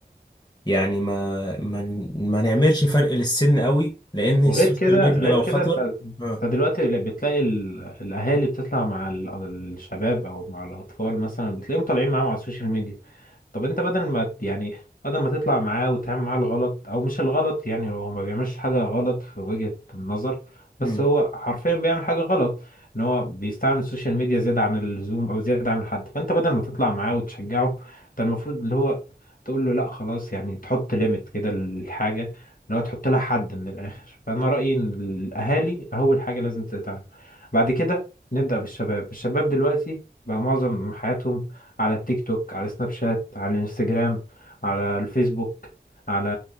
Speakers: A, on the left; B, on the left.
A: يعني ما ما ما نعملش فرق للسن قوي لان السوشيال
B: وغير كده
A: ميديا
B: غير
A: لو
B: كده
A: خطر
B: انت
A: اه
B: انت دلوقتي ل- بتلاقي ال... الاهالي بتطلع مع ال... الشباب او مع الاطفال مثلا بتلاقيهم طالعين معاهم على السوشيال ميديا طب انت بدل ما ت- يعني بدل ما تطلع معاه وتعمل معاه الغلط او مش الغلط يعني هو ما بيعملش حاجة غلط في وجهة النظر بس
A: امم
B: هو حرفيا بيعمل حاجة غلط ان هو بيستعمل السوشيال ميديا زيادة عن اللزوم او زيادة عن الحد فانت بدل ما تطلع معاه وتشجعه انت المفروض اللي هو تقول له لا خلاص يعني تحط ليميت كده للحاجة اللي هو تحط لها حد من الاخر فانا رأيي ان الاهالي اول حاجة لازم تتعامل بعد كده نبدأ بالشباب الشباب دلوقتي بقى معظم حياتهم على التيك توك على سناب شات على الانستجرام على الفيسبوك على